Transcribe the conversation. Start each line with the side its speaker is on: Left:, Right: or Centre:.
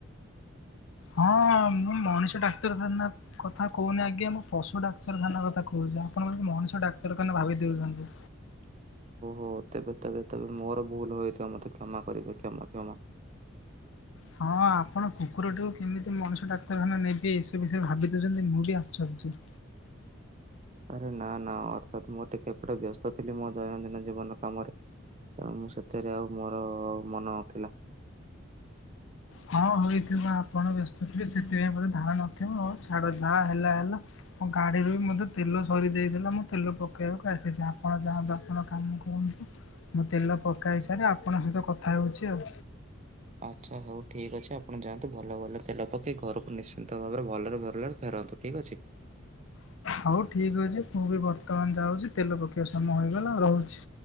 Left: ହଁ ମୁଁ ମଣିଷ ଡାକ୍ତରଖାନା କଥା କହୁନି ଆଜ୍ଞା ମୁଁ ପଶୁ ଡାକ୍ତରଖାନା କଥା କହୁଚି ଆପଣ ବୋଧେ ମଣିଷ ଡାକ୍ତରଖାନା ଭାବି ଦେଉଚନ୍ତି।
Right: ହ ତେବେ ତେବେ ତେବେ ମୋର ଭୁଲ ହୋଇଥିବ ମୋତେ କ୍ଷମା କରିବେ କ୍ଷମା କ୍ଷମା।
Left: ହଁ ଆପଣ କୁକୁର ଟିକୁ କେମିତି ମଣିଷ ଡାକ୍ତରଖାନା ନେବି ସେ ବିଷୟରେ ଭାବି ଦେଉଚନ୍ତି ମୁଁ ବି ଆଶ୍ଚର୍ଯ୍ୟ।
Right: ଆରେ ନା ନା ଅର୍ଥାତ ମୁଁ ଟିକେ ଏପଟେ ବ୍ୟସ୍ତ ଥିଲି ମୋ ଦୈନନ୍ଦିନ ଜୀବନ କାମରେ। ତେଣୁ ମୁଁ ସେଥିରେ ଆଉ ମୋର ମନ ନଥିଲା।
Left: ହଁ ହୋଇଥିବ ଆପଣ ବ୍ୟସ୍ତ ଥିବେ ସେଥିପାଇଁ ବୋଧେ ଧାର ନଥିବ ହଉ ଛାଡ଼ ଯାହା ହେଲା ହେଲା। ମୋ ଗାଡ଼ିରୁ ବି ମୋତେ ତେଲ ସରିଯାଇଥିଲା ମୁଁ ତେଲ ପକେଇବାକୁ ଆସିଚି ଆପଣ ଯାଆନ୍ତୁ ଆପଣ କାମ କରନ୍ତୁ। ମୁଁ ତେଲ ପକାଇ ସାରି ଆପଣଙ୍କ ସହିତ କଥା ହେଉଚି ଆଉ।
Right: ଆଚ୍ଛା ହଉ ଠିକ୍ ଅଛି ଆପଣ ଯାଆନ୍ତୁ ଭଲରେ ଭଲରେ ତେଲ ପକେଇ ଘରକୁ ନିଶ୍ ସୁସ୍ଥ ଭାବରେ ଭଲରେ ଭଲରେ ଫେରନ୍ତୁ ଠିକ୍ ଅଛି।
Left: ହଉ ଠିକ ଅଛି ମୁଁ ବି ବର୍ତ୍ତମାନ ଯାଉଛି ତେଲ ପକେଇବା ସମୟ ହେଇଗଲା ରହୁଛି।